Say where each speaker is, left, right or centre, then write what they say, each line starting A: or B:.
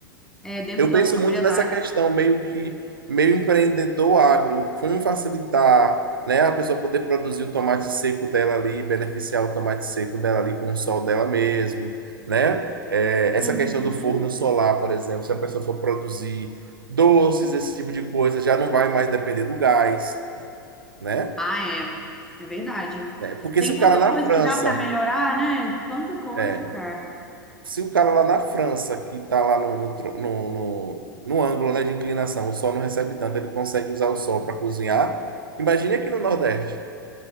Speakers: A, in the centre; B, on the right (about 85°).
A: é, dentro
B: Eu
A: das
B: penso
A: propriedades.
B: muito nessa questão meio que meio empreendedor agro, como facilitar, né, a pessoa poder produzir o tomate seco dela ali, beneficiar o tomate seco dela ali com o sol dela mesmo, né? É, essa
A: Uhum.
B: questão do forno solar, por exemplo, se a pessoa for produzir doces, esse tipo de coisa, já não vai mais depender do gás, né?
A: Ah, é. É verdade.
B: É, porque
A: Tem
B: se o
A: tanta
B: cara na
A: coisa
B: França
A: que dá para melhorar, né? Tanta coisa,
B: é,
A: cara.
B: Se o cara lá na França, que está lá no, no, tro- no, no, no ângulo, né, de inclinação, o sol não recebe tanto, ele consegue usar o sol para cozinhar, imagine aqui no Nordeste,